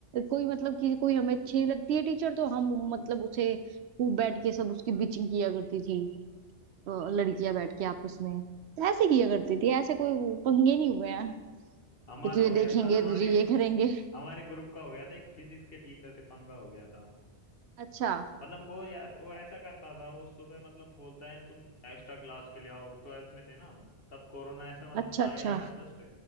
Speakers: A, on the right (about 75°); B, on the left (about 60°).
A: कोई मतलब कि कोई हमें अच्छी नहीं लगती है टीचर तो हम मतलब उसे खूब बैठ के सब उसकी बिचिंग किया करती थी अ, लड़कियां बैठ के आपस में तो ऐसे किया करती थी ऐसे कोई वो पंगे नहीं हुए हैं
B: हमारा
A: कि तुझे
B: हो गया
A: देखेंगे
B: था हमारे
A: तुझे ये करेंगे
B: हमारे ग्रुप का हो गया था एक फिजिक्स के टीचर से पंगा हो गया था
A: अच्छा
B: मतलब वो यार वो ऐसा करता था वो सुबह मतलब बोलता है तुम एक्स्ट्रा क्लास के लिए आओ ट्वेल्थ में थे ना हम तब कोरोना ऐसा मतलब
A: अच्छा
B: आया
A: अच्छा
B: ही था जस्ट